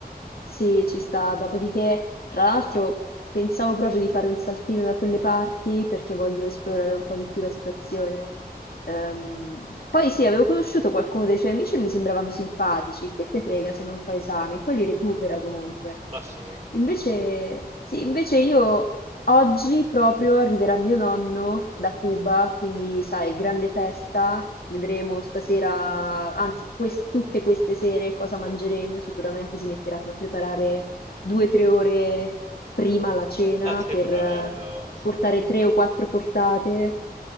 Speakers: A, on the left; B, on the right.
A: Sì, ci sta. Dopodiché, tra l'altro, pensavo proprio di fare un saltino da quelle parti perché voglio esplorare un po' di più la situazione. Ehm, poi sì, avevo conosciuto qualcuno dei suoi amici e mi sembravano simpatici. Che te frega se non fa esami? Poi li recupera comunque.
B: Ma sì,
A: Invece, sì, invece io oggi proprio arriverà mio nonno da Cuba, quindi sai, grande festa. Vedremo stasera, anzi, quest- tutte queste sere cosa mangeremo. Sicuramente si metteranno a preparare 2, 3 ore prima la
B: <laughs>
A: cena
B: ah, che
A: per
B: bello!
A: eh, portare 3 o 4 portate.